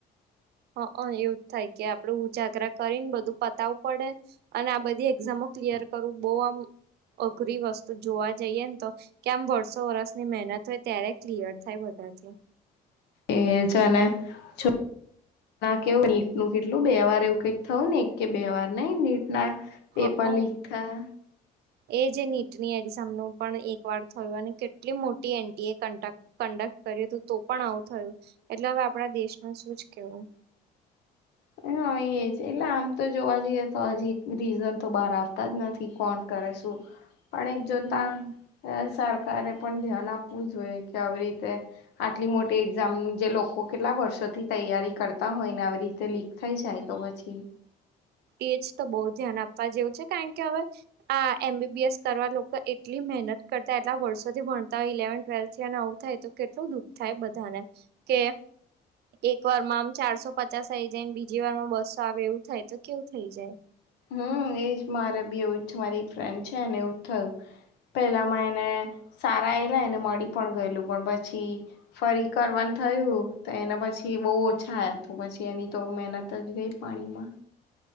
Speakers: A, on the right; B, on the left.
A: હ એવું જ થાય કે આપડે ઉજાગરા કરીને બધું પતાવું પડે. અને આ બધી એક્ઝામો ક્લિયર કરવું બહુ આમ અઘરી વસ્તુ જોવા જઈએ તો. કેમ વર્ષો વર્ષની મહેનત હોય ત્યારે ક્લિયર થાય બધાથી.
B: એછે ને છુપ. કેવું નીટ નું કેટલું બે વાર એવું કઈક થયું ને એક કે બે વાર. નહી નીટ ના પેપર
A: હા
B: લીંક થા.
A: એ જે નીટની એક્ઝામ નું પણ એક વાર થયું અને કેટલી મોટી એનટીએ કન્ડક્ટ. કન્ડક્ટ કર્યું હતું તો પણ આવું થયું એટલે હવે આપણા દેશમાં શું જ કેવું.
B: હ હ એ જ એટલે આમ તો જોવા જઈએ તો હજી રીઝન તો બહાર આવતા જ નથી કોણ કરે શું. <unintelligible> પણ એ જોતા
A: હમ
B: અ સરકારે પણ ધ્યાન આપવું જોઈએ કે આવી રીતે. આટલી મોટી એક્ઝામ જે લોકો કેટલા વર્ષોથી તૈયારી કરતા હોય ને આવરી. તે લીક થઈ જાય તો પછી.
A: એજ તો બહુ ધ્યાન આપવા જેવું છે કાકે હવે. આ એમ બીબી એસ કરવા લોકો એટલી મહેનત કરતા એટલા વર્ષોથી ભણતા હોય ઇલેવન ટ્વેલ્થ થી અને આવું થાય તો. કેટલું દુખ થાય બધાને કે એક વાર માં આમ ચારસો પચાસ. જેને બીજી વાર માં બસો આવે એવું થાય તો કેવું થઈ જાય.
B: હમ એજ મારે બી એવું મારી એક ફ્રેન્ડ છે ને એવું થયું. પેલામાં એને સારા એલા એને મળી પણ ગયેલું પણ પછી ફરી કરવાનું થયું તો એના પછી બહુ ઓછા આયા ત પછી એની તો મહેનત જ ગઈ. પાણીમાં.